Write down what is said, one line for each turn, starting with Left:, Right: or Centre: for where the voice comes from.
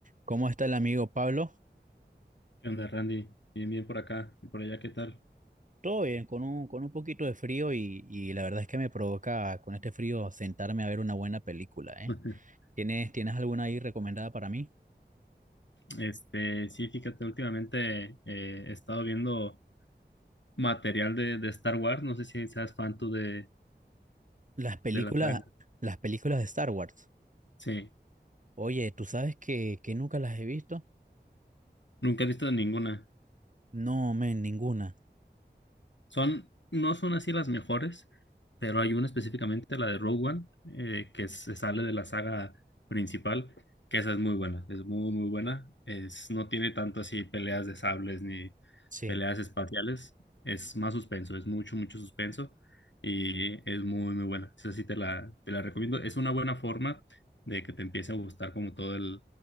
Right: ¿Cómo está el amigo Pablo?
Left: ¿Qué onda, Randy? Bien, bien por acá y por allá, ¿qué tal?
Right: Todo bien, con un, con un poquito de frío y, y la verdad es que me provoca con este frío sentarme a ver una buena película, ¿eh?
Left: <laughs>
Right: ¿Tienes, tienes alguna ahí recomendada para mí?
Left: Este, sí, fíjate, últimamente eh, he estado viendo material de, de Star Wars. No sé si seas fan tú de,
Right: Las películas,
Left: de la saga.
Right: las películas de Star Wars.
Left: Sí,
Right: Oye, ¿tú sabes que, que nunca las he visto?
Left: nunca he visto ninguna.
Right: No, men, ninguna.
Left: Son, no son así las mejores, pero hay una específicamente, la de Rogue One, eh, que se sale de la saga principal, que esa es muy buena, es muy, muy buena. Es, no tiene tanto así peleas de sables ni
Right: Sí.
Left: peleas espaciales, es más suspenso, es mucho, mucho suspenso y es muy, muy buena. Esa sí te la, te la recomiendo. Es una buena forma de que te empiece a gustar como todo el,